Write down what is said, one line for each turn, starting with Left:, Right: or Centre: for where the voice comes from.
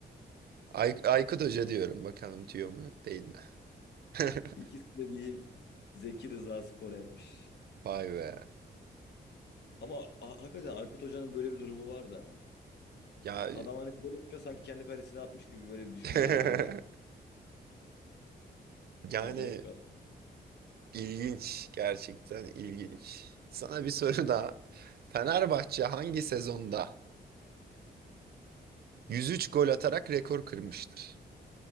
Right: Ay Aykut Hoca
Left: İ-
Right: diyorum bakalım tüyo mu değil mi? <laughs>
Left: İkisi de değil. Zeki Rıza Sporel'miş.
Right: Vay be.
Left: Ama ha- hakikaten Aykut Hoca'nın böyle bir durumu var da.
Right: Ya
Left: Adam hani böyle oynuyor sanki kendi kalesine atmış gibi böyle bir düşünceli
Right: <laughs>
Left: haller.
Right: yani
Left: Acayip bir adam.
Right: ilginç gerçekten ilginç. Sana bir soru daha. Fenerbahçe hangi sezonda 103 gol atarak rekor kırmıştır?